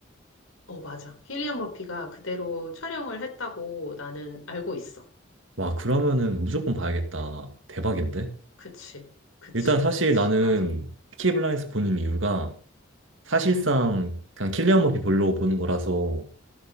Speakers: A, on the left; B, on the right.
A: 어 맞아 킬리안 머피가 그대로 촬영을 했다고 나는 알고 있어
B: 와, 그러면은 무조건 봐야겠다. 대박인데?
A: 그치 그치
B: 일단 사실
A: 그치
B: 나는
A: 맞아
B: 피키 블라인드 보는
A: 음.
B: 이유가 사실상
A: 음.
B: 그냥 킬리안 머피 보려고 보는 거라서